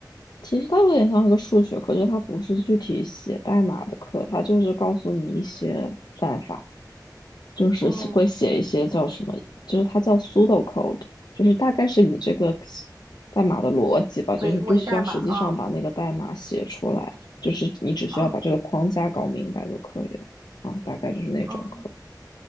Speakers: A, on the left; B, on the right.
A: 其实它有点像一个数学课，就它不是具体写代码的课，它就是告诉你一些。算法。就是写会写一些叫什么，
B: 嗯，
A: 就是它叫 pseudocode，就是大概是你这个代码的逻辑吧，就是你不需要实际上把那个代码写出来，
B: 伪伪代码啊
A: 就是你只需要把这个框架搞明白就可以了啊，
B: 啊啊！
A: 大概就是那种课。
B: 哦哦